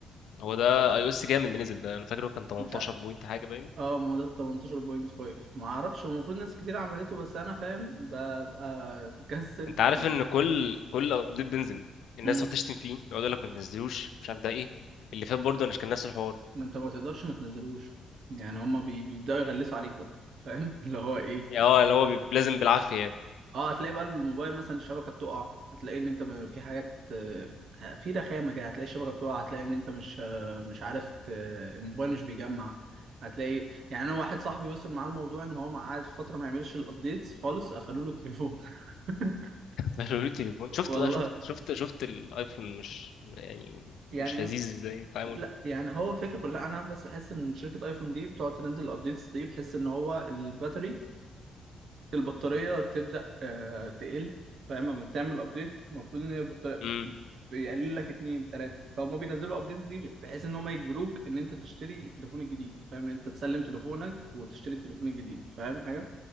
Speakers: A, on the left; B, on the right.
A: هو ده اي او اس كام اللي نزل ده انا فاكره كان 18
B: مش عارف
A: بوينت حاجه باين
B: اه ما هو ده ال 18.5 ما اعرفش هو المفروض ناس كتير عملته بس انا فاهم ببقى مكسل
A: انت عارف
B: ما
A: ان كل كل ابديت بينزل الناس
B: مم.
A: تقعد تشتم فيه يقعد يقول لك ما تنزلوش مش عارف ده ايه اللي فات برضه مش كان نفس الحوار
B: ما انت ما تقدرش ما تنزلوش يعني هما بي... بيبداوا يغلسوا عليك بقى فاهم <laughs> اللي هو ايه
A: اه اللي هو بي... لازم بالعافيه يعني
B: اه هتلاقي بقى الموبايل مثلا الشبكه بتقع هتلاقي ان انت ما- في حاجات آه، ه- في رخامه كده هتلاقي الشبكه بتقع هتلاقي ان انت مش آه، مش عارف ت... الموبايل مش بيجمع هتلاقي يعني انا واحد صاحبي وصل معاه الموضوع ان هو قعد فتره ما يعملش الابديتس خالص قفلوا له التليفون <laughs>
A: <laughs> قالوا لي التليفون شفت
B: والله
A: بقى شفت شفت شفت الايفون مش يعني
B: يعني
A: مش لذيذ زي التعامل
B: لا يعني هو فكرة كلها انا بس بحس ان شركة ايفون دي بتقعد تنزل الابديتس دي بحس ان هو الباتري البطارية تبدأ آه، تقل فاهم لما بتعمل ابديت المفروض ان هي البطارية بت-
A: امم
B: بيقلل لك اتنين تلاتة فهم بينزلوا ابديتس دي بحيث ان هم يجبروك ان انت تشتري التليفون الجديد فاهم ان انت تسلم تليفونك وتشتري التليفون الجديد فاهم حاجة